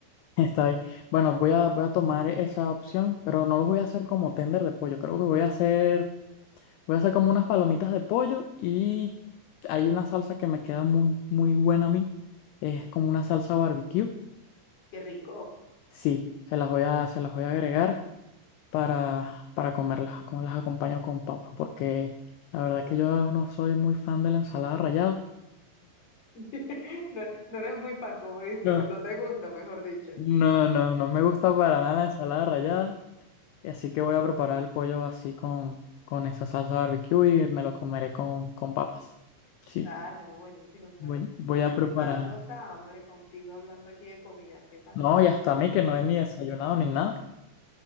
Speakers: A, on the left; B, on the left.
A: Está bien. Bueno, voy a, voy a tomar esa opción, pero no lo voy a hacer como tender de pollo. Creo que voy a hacer, voy a hacer como unas palomitas de pollo y hay una salsa que me queda muy, muy buena a mí. Es como una salsa barbecue.
B: Qué rico.
A: Sí, se las voy a, se las voy a agregar. para, para comerlas, como las acompaño con papas porque la verdad que yo no soy muy fan de la ensalada rallada.
B: <laughs> No, no eres muy fan, como dicen,
A: No.
B: o no te gusta, mejor dicho.
A: No, no, no me gusta para nada la ensalada rallada, y así que voy a preparar el pollo así con, con esa salsa barbecue y me lo comeré con, con papas. Sí,
B: Ah, no, buenísimo, claro.
A: voy, voy
B: No,
A: a
B: ya
A: preparar
B: me está dando
A: eso.
B: hasta hambre contigo hablando aquí de comida. ¿Qué pasa?
A: No, y hasta a mí que no he ni desayunado ni nada.